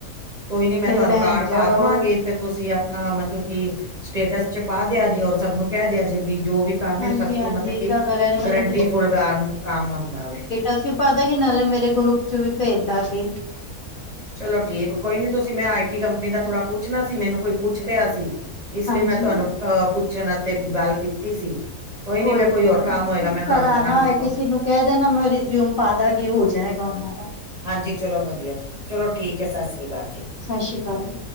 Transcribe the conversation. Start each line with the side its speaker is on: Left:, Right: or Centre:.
Right: ਕੋਈ ਨੀ ਮੈਂ
Left: ਫਿਰ
Right: ਤੁਹਾਨੂੰ
Left: ਲੈਣ
Right: ਕਾਰਡ ਪਾ
Left: ਜਾਓ
Right: ਦੇਵਾਗੀ ਤੇ ਤੁਸੀਂ ਆ। ਅਪਨਾ ਮਤਲਬ ਕੀ ਸਟੇਟਸ ਚ ਪਾ ਦਿਆ ਜੇ ਔਰ ਸਭ ਨੂੰ ਕਹਿ ਦਿਆ ਜੇ ਵੀ ਜੋ ਵੀ ਕੰਮ
Left: ਹਾਂਜੀ
Right: ਸਭ
Left: ਹਾਂਜੀ
Right: ਤੋਂ ਮਤਲਬ
Left: ਏਦਾਂ
Right: ਕਿ
Left: ਕਰਿਆ ਜੇ ਮੈਨੂੰ
Right: ਗਰੰਟੀ ਫੁੱਲ ਗਮ ਕੰਮ ਹੁੰਦਾ ਵੇ
Left: ਅਸੀਂ ਪਾਦਾੰਗੇ ਨਾਲੇ ਮੇਰੇ ਗਰੁੱਪ 'ਚ ਵੀ ਭੇਜ ਦਾੰਗੇ।
Right: ਚਲੋ ਠੀਕ ਕੋਈ ਨੀ ਤੁਸੀਂ ਮੈਂ ਆਈ ਟੀ ਕੰਪਨੀ ਦਾ ਥੋੜਾ ਪੁੱਛਣਾ ਸੀ ਮੈਨੂੰ ਕੋਈ ਪੁੱਛ ਰਿਹਾ ਸੀ। ਇਸ
Left: ਹਾਂਜੀ
Right: ਲਈ ਮੈਂ ਤੁਹਾਨੂੰ ਅਹ ਪੁੱਛਣ ਆਸਤੇ ਗੱਲ ਕੀਤੀ ਸੀ।
Left: ਕੋਈ
Right: ਫੇਰ
Left: ਨੀ
Right: ਹੋਰ
Left: ਕੋਈ
Right: ਕੰਮ
Left: ਨੀ,
Right: ਹੋਏਗਾ ਮੈਂ ਤੁਹਾਨੂੰ
Left: ਕਰਾ
Right: ਕਰਾਂਗੀ
Left: ਨਾ ਹੋਏ
Right: ਫੋਨ
Left: ਕਿਸੇ ਨੂੰ ਕਹਿ ਦੇਨਾ ਮੈਂ ਰਿਜ਼ਿਊਮ ਪਾ ਦਾਗੀ ਹੋ ਜਾਏਗਾ ਉਹਨਾਂ ਦਾ।
Right: ਹਾਂਜੀ ਚਲੋ ਵਦੀਆ ਚਲੋ ਠੀਕ ਐ, ਸਸਰੀ ਅਕਾਲ ਜੀ।
Left: ਸਸ਼ਰੀ ਅਕਾਲ